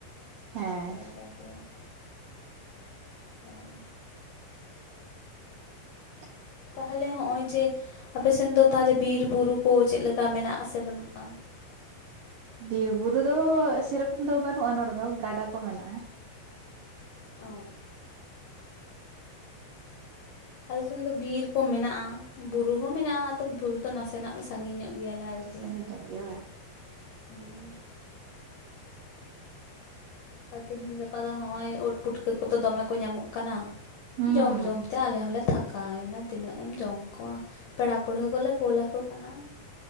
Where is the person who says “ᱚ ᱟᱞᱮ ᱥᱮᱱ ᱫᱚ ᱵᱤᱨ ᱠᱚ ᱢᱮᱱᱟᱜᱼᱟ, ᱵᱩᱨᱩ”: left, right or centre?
Left